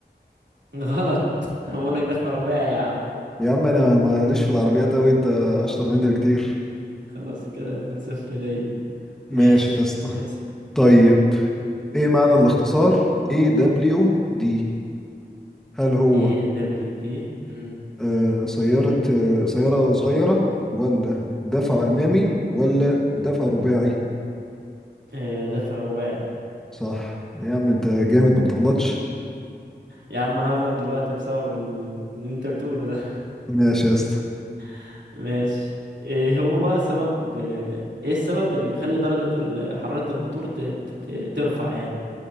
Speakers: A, on the right; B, in the centre.
A: <laughs> غلط بقول لك دفع رباعي يا عم
B: يا عم انا ماليش في العربيات اوي انت اشطر مني بكتير
A: خلاص كده 2-0 ليا ماشي
B: ماشي يا اسطى
A: اسأل
B: طيب ايه معنى الاختصار اي دبليو دي هل هو
A: ايه دبليو دي امم
B: آه، سيارة آه، سيارة صغيرة ولا دفع أمامي ولا دفع رباعي
A: آه، دفع رباعي
B: صح يا عم أنت جامد ما بتغلطش
A: يا عم انا هغلط دلوقتي بسبب ال- اللي انت بتقوله ده
B: ماشي يا اسطى
A: <laughs> ماشي ايه هو سبب ايه السبب اللي بيخلي درجة ال- حرارة الموتور ت... ت... ت- ترفع يعني